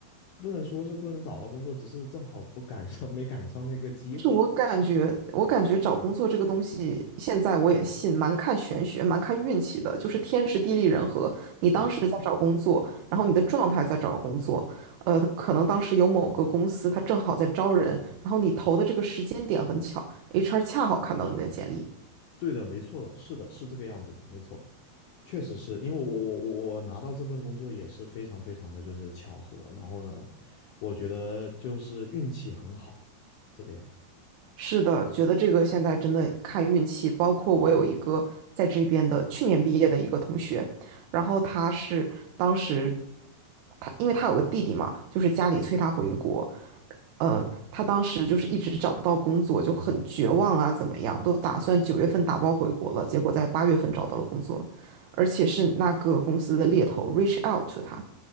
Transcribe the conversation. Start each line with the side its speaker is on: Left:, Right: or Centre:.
Left: 不能说是不能找到工作，只是正好不赶上没赶上那个机会吧。
Right: 是我感觉，我感觉找工作这个东西，现在我也信，蛮看玄学，蛮看运气的，就是天时地利人和。你当时在找工作，
Left: 对，
Right: 然后你的状态在找工作，呃，可能当时有某个公司它正好在招人，然后你投的这个时间点很巧，HR 恰好看到了你的简历，
Left: 对的，没错的，是的，是这个样子的，没错。确实是因为我我我我拿到这份工作也是非常非常的就是巧合，然后呢，我觉得就是运气很好，这个样。
Right: 是的，觉得这个现在真的看运气。包括我有一个在这边的去年毕业的一个同学，然后他是当时他因为他有个弟弟嘛，就是家里催他回国，呃，他当时就是一直找不到工作，就很绝望啊，怎么样，都打算九月份打包回国了，结果在八月份找到了工作，而且是那个公司的猎头 reach out to 他，